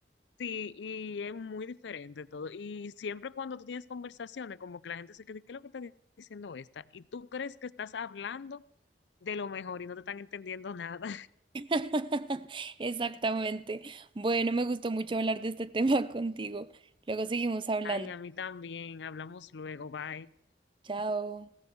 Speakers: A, on the left; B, on the right.
A: Sí, y es muy diferente todo. Y siempre cuando tú tienes conversaciones, como que la gente se cree, ¿qué es lo que está di- diciendo esta? Y tú crees que estás hablando de lo mejor y no te están entendiendo <laughs> nada.
B: <laughs> Exactamente. Bueno, me gustó mucho hablar de este <laughs> tema contigo. Luego seguimos hablando.
A: Ay, a mí también. Hablamos luego. Bye.
B: Chao.